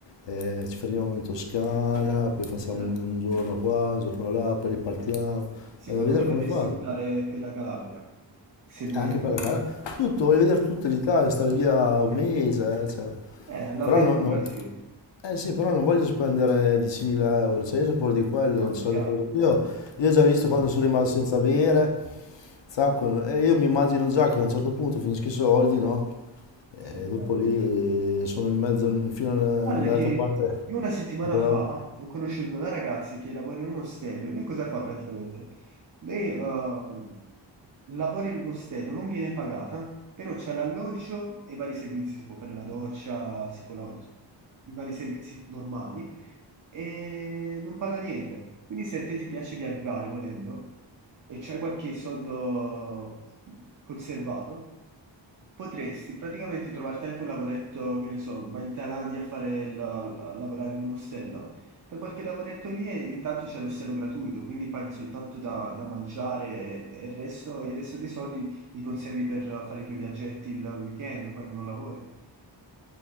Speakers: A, on the left; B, on the right.
A: eh, ci fermiamo in Toscana, poi facciamo
B: Eh.
A: un giorno qua, un giorno là, poi ripartiamo.
B: Secondo
A: Eh, a vedere
B: me
A: come
B: dovresti
A: fare.
B: optare per la Calabria, se vuoi
A: E Anche
B: andare...
A: per la cara. Tutto, voglio vedere tutta l'Italia, stare via un mese, eh, cioè.
B: Eh, all'avventura,
A: Però no, no-
B: sì.
A: eh sì, però non voglio spendere 10.000 euro, cioè io sapore di quello, non
B: No,
A: ce
B: chiaro,
A: l'ho fuori. Io, io ho già visto quando sono rimasto senza bere, zacco, e io mi immagino già che a un certo punto finisco i soldi, no? E
B: sì, chiaro.
A: dopo lì sono in mezzo, fino all'altra
B: Guarda che
A: parte.
B: io una settimana
A: del-
B: fa ho conosciuto una ragazza che lavora in un ostello e lei cosa fa praticamente? Lei eh, lavora in un ostello, non viene pagata, però c'è l'alloggio e vari servizi, si può fare la doccia, si può lavare, i vari servizi normali. e non paga niente. Quindi se a te ti piace viaggiare volendo e c'hai qualche soldo conservato, potresti praticamente trovarti anche un lavoretto, che ne so, vai in Thailandia a fare il- a lavorare in un ostello. Fai qualche lavoretto lì e intanto c'è l'ostello gratuito, quindi paghi soltanto da, da mangiare e il resto, e il resto dei soldi li conservi per fare i tuoi viaggetti il weekend quando non lavori.